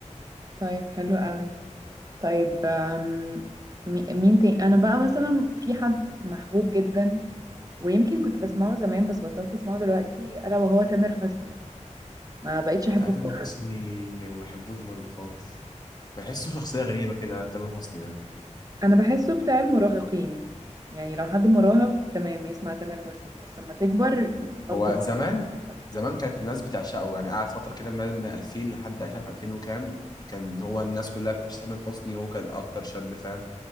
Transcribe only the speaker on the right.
طيب حلو قوي طيب آم، مي- مين تاني أنا بقى مثلا في حد محبوب جدا ويمكن كنت بسمعه زمان بس بطلت أسمعه دلوقتي ألا وهو تامر حسني ما بقيتش أحبه
خالص
انا بحسه بتاع المراهقين يعني لو حد مراهق تمام يسمع تامر حسني بس لما تكبر بطل
تامر
حسني